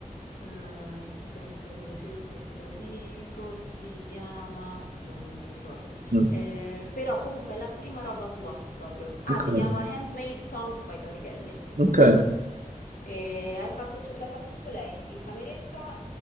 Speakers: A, on the left; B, on the right.
A: Eh, aspetta, te lo cerco e te lo dico. Si chiama... No, non me lo ricordo.
B: Mm.
A: Eh, però comunque è la prima roba sua, proprio. Ah,
B: Ok,
A: si chiama Handmade Songs by Tori Kelly, infatti.
B: ok.
A: E hai fatto tu- l'ha fatto tutto lei, in cameretta,